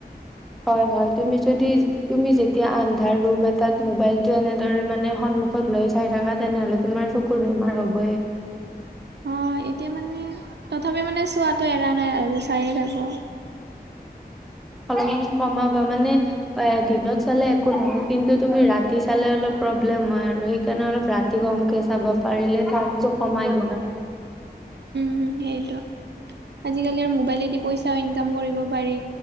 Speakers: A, in the centre; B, on the right.
A: হয় হয় তুমি যদি তুমি যেতিয়া আন্ধাৰ ৰুম এটাত মোবাইলটো এনেদৰে মানে সন্মুখত লৈ চাই থাকা তেনেহলে তোমাৰ চকুৰ বেমাৰ হ'বই।
B: অ, এতিয়া মানে তথাপিও মানে চোৱাটো এৰা নাই আৰু চায়ে থাকো।
A: অলপ কমাবা মানে অ দিনত চালে একো নহয় কিন্তু তুমি ৰাতি চালে অলপ প্ৰব্লেম হয় আৰু সেইকাৰণে অলপ ৰাতি তি কমকে চাবা পাৰিলে কামটো কমাই দিবা।
B: উম, সেইটো আজিকালি আৰু মোবাইলেদি পইচাও ইনকাম কৰিব পাৰি